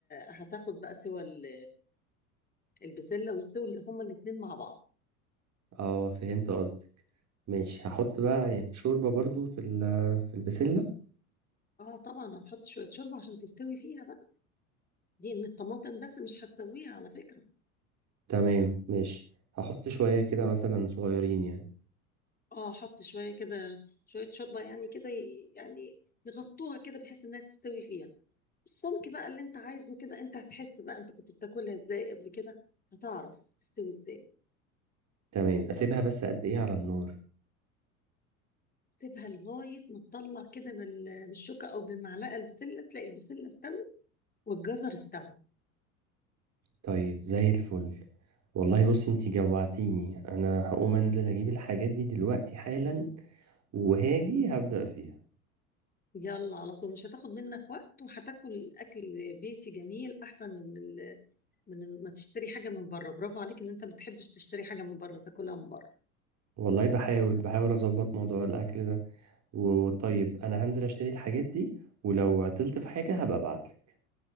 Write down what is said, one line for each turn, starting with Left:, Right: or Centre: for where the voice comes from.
Left: هتاخد بقى سوا ال- البسله واستوي هما الاتنين مع بعض
Right: اه فهمت قصدك ماشي هحط بقى يعني شوربة برضو في ال- في البسلة
Left: اه طبعا هتحط شويه شوربه عشان تستوي فيها بقى دي من الطماطم بس مش هتسويها على فكره
Right: تمام ماشي هحط شوية كده مثلا صغيرين يعني
Left: اه حط شويه كده شويه شوربه يعني كده ي- يعني يغطوها كده بحيث انها تستوي فيها السمك بقى اللي انت عايزه كده انت هتحس بقى انت كنت بتاكلها ازاي قبل كده هتعرف تستوي ازاي
Right: تمام اسيبها بس قد ايه على النار
Left: سيبها لغايه ما تطلع كده بال- بالشوكه او بالمعلقه البسله تلاقي البسله استوت والجزر استوى
Right: طيب زي الفل والله بصي انتي جوعتيني انا هقوم انزل اجيب الحاجات دي دلوقتي حالا وهاجي هبدأ فيها
Left: يلا على طول مش هتاخد منك وقت وهتاكل اكل بيتي جميل احسن من من ما تشتري حاجة من بره برافو عليك ان انت ما بتحبش تشتري حاجة من بره تاكلها من بره
Right: والله بحاول بحاول اظبط موضوع الاكل ده وطيب انا هنزل اشتري الحاجات دي ولو عطلت في حاجة هبقى ابعتلك